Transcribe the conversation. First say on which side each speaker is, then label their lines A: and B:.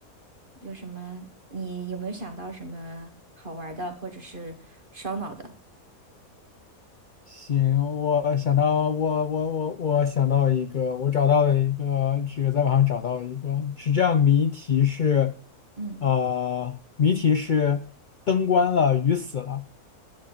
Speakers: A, on the right (about 35°); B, on the left (about 70°).
A: 有什么？你有没有想到什么好玩儿的，或者是烧脑的？
B: 行，我想到我我我我想到一个，我找到了一个，这个在网上找到一个，是这样，谜题是，
A: 嗯，
B: 呃，谜题是灯关了，鱼死了，